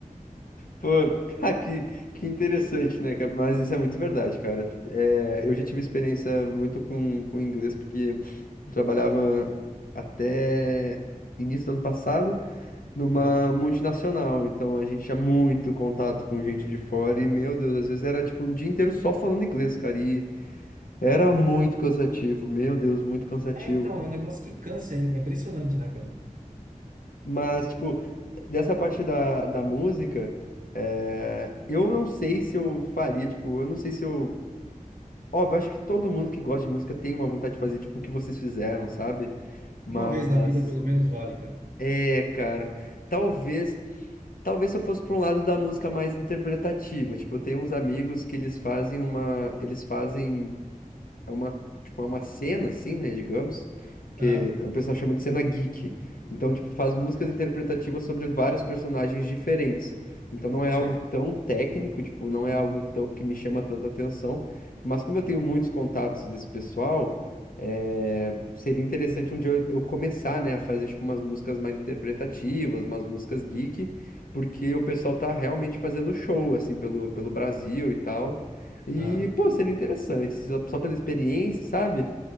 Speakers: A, on the left (about 80°); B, on the right (about 70°).
A: Pô, <laughs> ah, que, que interessante, né, cara? Mas isso é muito verdade, cara. É, eu já tive experiência muito com, com inglês, porque eu trabalhava até início do ano passado numa
B: Ah,
A: multinacional, então a gente tinha muito contato com gente de fora e, meu Deus, às vezes era tipo o dia inteiro só falando inglês, cara, e era muito cansativo, meu Deus, muito cansativo.
B: É, então, é um negócio que cansa, é é impressionante, né, cara?
A: Mas, tipo, dessa parte da, da música. É, eu não sei se eu faria, tipo, eu não sei se eu Óbvio, acho que todo mundo que gosta de música tem uma vontade de fazer tipo o que vocês fizeram, sabe? Mas
B: Uma vez na vida pelo menos vale, cara.
A: é, cara, talvez, talvez se eu fosse para um lado da música mais interpretativa, tipo, eu tenho uns amigos que eles fazem uma, eles fazem é uma, tipo, é uma cena, assim, né, digamos, que
B: Aham.
A: o pessoal chama de cena geek. Então, tipo, faz músicas interpretativas sobre vários personagens diferentes. Então não é
B: Sei.
A: algo tão técnico, tipo, não é algo tão que me chama tanta atenção, mas como eu tenho muitos contatos desse pessoal, é, seria interessante um dia eu eu começar, né, a fazer tipo umas músicas mais interpretativas, umas músicas geek, porque o pessoal tá realmente fazendo show assim pelo, pelo Brasil e tal. E,
B: Aham.
A: pô, seria interessante, só, só pela experiência, sabe?